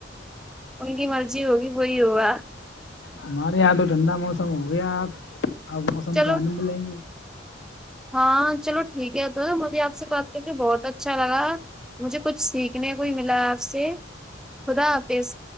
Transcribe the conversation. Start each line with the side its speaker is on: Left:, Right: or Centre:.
Centre: ان کی مرضی ہوگی وہی ہوگا
Left: ہمارے یہاں تو ٹھنڈا موسم ہو گیا آپ آپ موسم
Centre: چلو
Left: کا آنند لیں گے
Centre: ہاں چلو ٹھیک ہے تو مجھے آپ سے بات کر کے بہت اچھا لگا مجھے کچھ سیکھنے کو ہی ملا آپ سے خدا آپس